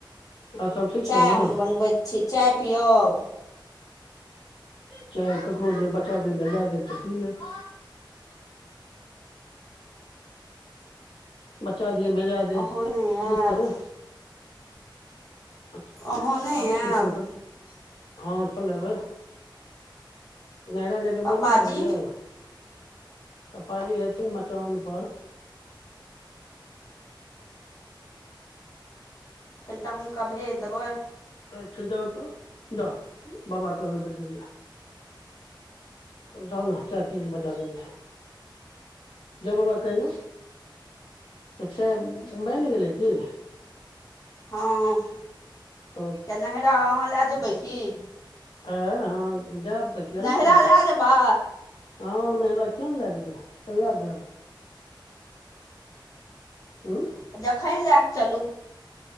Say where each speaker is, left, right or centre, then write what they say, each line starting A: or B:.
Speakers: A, on the left; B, on the left.
A: आर सब ठीक
B: चाय
A: छै ने
B: हम बनबैत छी चाय पियअब?
A: चाय ककरो देब बच्चा देब बजा देब तऽ पी लेब। बच्चा दिआ भेजा
B: अहाँ
A: देब तऽ
B: नहि
A: पी
B: आयब
A: लेबै। आबऽ-आबऽ
B: अहाँ नहि आयब
A: छी कनी हम। हँ चलेबै नैहरा जायके
B: पापाजी
A: मोन नै करैया? पप्पा जी हेथिन मचान पर।
B: कनिटा हुनका भेज देबै।
A: अच्छा जाउ तऽ जाउ बाबा कऽ कहबै बजबैया। जाउ न चाय पियलै बजा देया। जाउ बाबा के कहियौ तऽ चाय बैन गेलै की?
B: हँ
A: ओ
B: तऽ नहैरा अहाँ लए जेबै की?
A: ऐ हँ जैब तऽ गेल
B: नैहरा
A: न जाउ।
B: लए जेबै
A: हँ नैहरा किए नै लऽ जेबय कहिया जैब। उँ
B: जखन लए चलू।